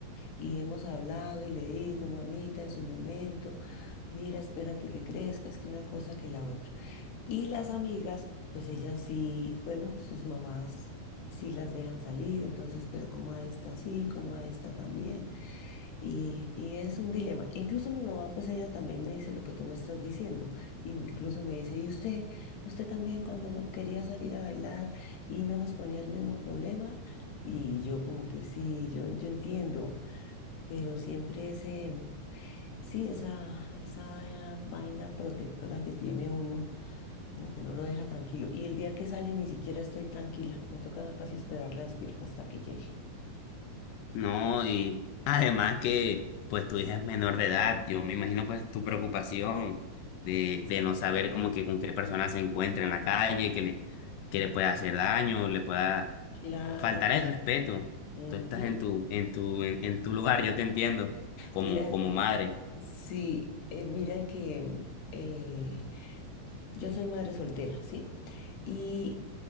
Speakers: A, on the left (about 70°); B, on the left (about 85°).
A: Y hemos hablado y le digo, mamita, en su momento, mira, espérate que crezcas, que una cosa, que la otra. Y las amigas, pues ellas sí, bueno, sus mamás sí las dejan salir, entonces, pero como a esta sí, como a esta también. Y, y es un dilema. Incluso mi mamá, pues ella también me dice lo que tú me estás diciendo. Y incluso me dice, ¿y usted, usted también cuando quería salir a bailar y no nos ponía el mismo problema? Y yo como que sí, yo, yo entiendo pero siempre ese, sí, esa, esa vaina protectora que tiene uno, como que no lo deja tranquilo. Y el día que sale ni siquiera estoy tranquila, me toca casi esperarla despierta hasta que llegue.
B: No, y además que pues tu hija es menor de edad, yo me imagino pues tu preocupación de, de no saber como que con qué persona se encuentra en la calle, que le, que le pueda hacer daño, le pueda
A: Claro.
B: faltar el respeto.
A: ujú.
B: Tú estás en tu, en tu, en en tu lugar, yo te entiendo, como,
A: Mira,
B: como madre.
A: sí, eh, mira que eh, yo soy madre soltera, ¿sí? Y